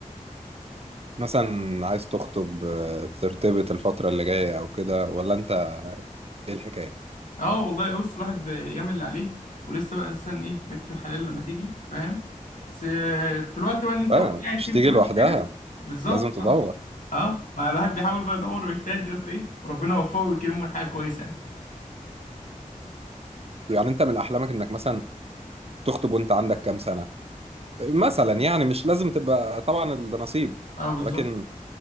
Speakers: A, on the right (about 45°); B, on the left (about 70°).
A: مثلا عايز تخطب آه، ترتبط الفترة اللي جاية او كده ولا انت ايه الحكاية
B: اه والله بص الواحد بيعمل اللي عليه ولسه بقى انسان ايه بنت الحلال لما تيجي فاهم بس آه، في الوقت بقى اللي انت
A: بقى
B: قاعد
A: مش
B: فيه ما
A: تيجي
B: بتعملش
A: لوحدها
B: حاجه بالظبط
A: لازم تدور
B: اه اه ما الواحد بيحاول بقى يدور ويجتهد يقول ايه وربنا يوفقه ويكرمه حاجه كويسه يعني
A: يعني انت من احلامك انك مثلا تخطب وانت عندك كام سنة مثلا يعني مش لازم تبقى طبعا ده نصيب
B: اه بالظبط
A: ولكن